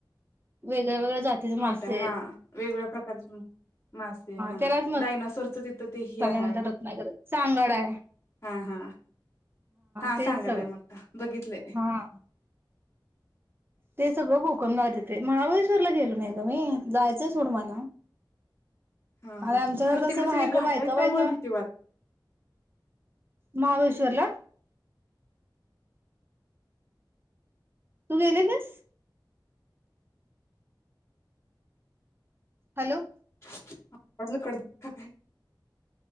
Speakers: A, on the right; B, on the left.
A: वेगळ्या वेगळ्या जातीचे
B: मोठायं
A: मासे
B: हा
A: आहेत
B: वेगवेगळ्या प्र <inaudible> मासे हा
A: त्यालाच मसाले
B: डायनासोरच तिथं ते हे हाय
A: म्हणतात रत्नागिरीत सांगाडा आहे
B: हा हा हा
A: तेच
B: सांगाडा
A: सगळं
B: हाय मोठा बघितलंय.
A: हा ते सगळं कोकण भागात येते महाबळेश्वरला गेलो नाही गं मी जायाचं सोड मला.
B: हा
A: आणि
B: हा
A: आमच्या
B: खरं
A: घरात
B: तिकड
A: असं बाहेर
B: सगळी घाट
A: बायका
B: हायत त्यामुळे
A: बायका
B: भीती वाट
A: महाबळेश्वरा ला तू गेले लिस हॅलो.
B: <inaudible>